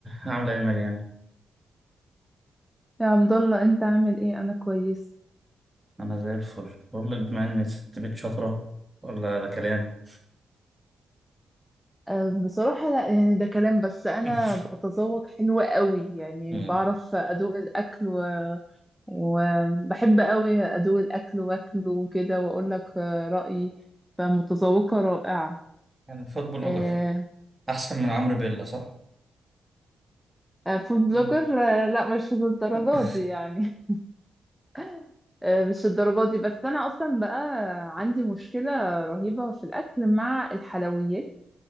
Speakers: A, on the right; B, in the centre.
A: عاملة ايه يا مريم؟
B: يا عبد الله انت عامل ايه انا كويس
A: أنا زي الفل، بقول لك بما إن ست بيت شاطرة ولا ده كلام؟
B: أه بصراحة لا يعني ده كلام بس انا
A: <laughs>
B: بتذوق حلو قوي يعني
A: مم.
B: بعرف ادوق الاكل و... وبحب قوي ادوق الاكل واكله وكده واقول لك آه، رأيي فمتذوقة رائعة
A: يعني فوت بلوجر
B: اه أه
A: أحسن من عمرو بيلا صح؟
B: آه، فود بلوجر
A: مم.
B: آه، لا مش للدرجات
A: <laughs>
B: دي يعني <laughs> آه، مش الدرجات دي بس انا اصلا بقى عندي مشكلة رهيبة في الاكل مع الحلويات